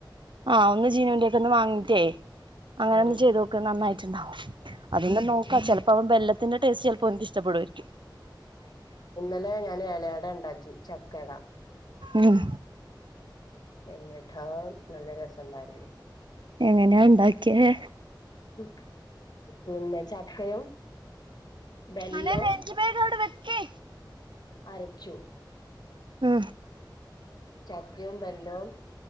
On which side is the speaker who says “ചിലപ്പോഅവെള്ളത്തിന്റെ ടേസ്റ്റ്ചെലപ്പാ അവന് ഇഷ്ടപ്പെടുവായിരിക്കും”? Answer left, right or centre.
Right